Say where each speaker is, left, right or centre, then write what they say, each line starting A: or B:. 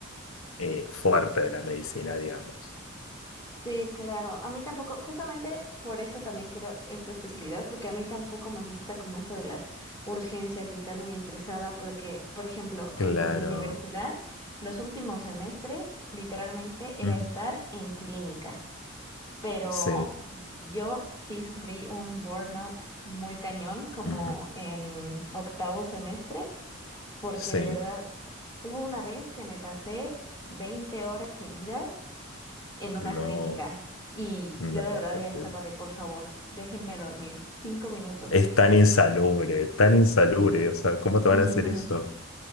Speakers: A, on the left; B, on the left.
A: eh, fuerte de la medicina, digamos.
B: Sí, claro. A mí tampoco, justamente por eso también quiero esta especialidad, porque a mí tampoco me gusta como esto de las urgencias y estar muy estresada, porque, por ejemplo,
A: Claro.
B: en mi universidad, los últimos semestres literalmente era
A: Ujú.
B: estar en clínicas, pero
A: Sí,
B: yo sí sufrí un burnout muy cañón, como
A: ujú.
B: en octavo semestre, porque
A: Sí,
B: de verdad hubo una vez que me pasé 20 horas seguidas en una
A: no,
B: clínica. Y
A: no.
B: yo de verdad
A: porque
B: ya estaba de, por favor, déjenme dormir cinco minutos.
A: Es tan insalubre, tan insalubre, o sea, ¿cómo te
B: Ujú.
A: van a hacer eso?